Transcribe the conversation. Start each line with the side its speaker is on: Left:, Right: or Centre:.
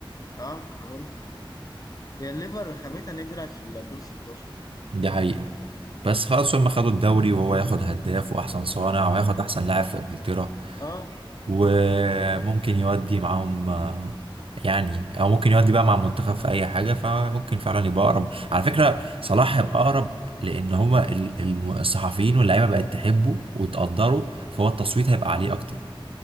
Left: اه أنا بقول هي الليفر رخامتها إن هي طلعت في الدور ال 16
Right: دي حقيقة بس خلاص هم خدوا الدوري وهو ياخد هداف وأحسن صانع وياخد أحسن لاعب في إنجلترا
Left: اه
Right: وممكن يودي معاهم آه، يعني أو ممكن يودي بقى مع المنتخب في أي حاجة فممكن فعلا يبقى أقرب على فكرة صلاح يبقى أقرب لأن هما ال- الم- الصحفيين واللعيبة بقت تحبه وتقدره فهو التصويت هيبقى عليه أكتر